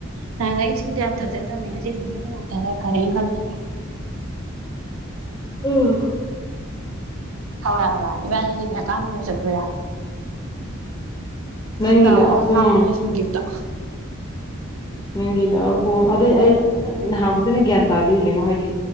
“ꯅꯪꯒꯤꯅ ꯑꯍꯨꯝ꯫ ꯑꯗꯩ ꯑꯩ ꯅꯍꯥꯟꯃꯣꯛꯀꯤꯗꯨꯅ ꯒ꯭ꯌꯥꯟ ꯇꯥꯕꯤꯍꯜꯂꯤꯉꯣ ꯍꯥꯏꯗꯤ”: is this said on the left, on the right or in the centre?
Left